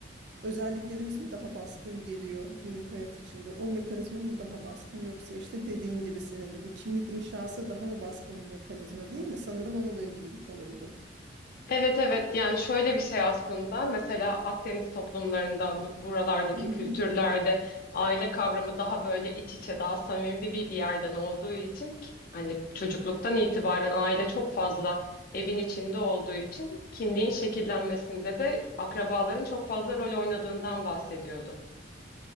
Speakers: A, on the right (about 65°); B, on the left (about 55°).
A: özelliklerimiz mi daha baskın geliyor günlük hayat içinde? O mekanizma mı daha baskın yoksa işte dediğin gibi senin de bu kimlik inşası daha mı baskın bir mekanizma değil mi? Sanırım onunla ilgili bir konuydu.
B: Evet evet yani şöyle bir şey aslında mesela Akdeniz toplumlarında bu- buralardaki
A: Hı hı.
B: kültürlerde aile kavramı daha böyle iç içe daha samimi bir, bir yerden olduğu için ki- hani çocukluktan itibaren aile çok fazla evin içinde olduğu için kimliğin şekillenmesinde de akrabaların çok fazla rol oynadığından bahsediyordu.